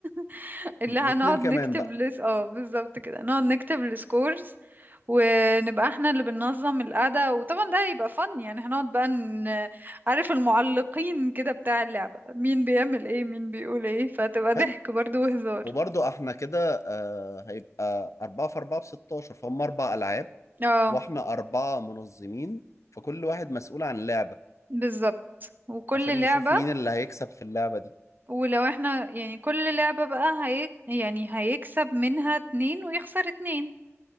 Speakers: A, on the right; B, on the left.
A: <laughs> اللي هنقعد
B: واتنين كمان
A: نكتب
B: بقى
A: لس اه بالظبط كده نقعد نكتب السكورز ونبقى احنا اللي بننظم القعدة وطبعا ده هيبقى فن يعني هنقعد بقى ن... عارف المعلقين كده بتاع اللعبة مين بيعمل ايه مين بيقول ايه فتبقى
B: حلو
A: ضحك برضو وهزار
B: وبرضو احنا كده آه هيبقى أربعة في أربعة ب 16 فهم أربع ألعاب
A: اه
B: واحنا أربعة منظمين فكل واحد مسؤول عن لعبة
A: بالظبط وكل
B: عشان يشوف
A: لعبة
B: مين اللي هيكسب في اللعبة دي
A: ولو احنا يعني كل لعبة بقى هيك يعني هيكسب منها اتنين ويخسر اتنين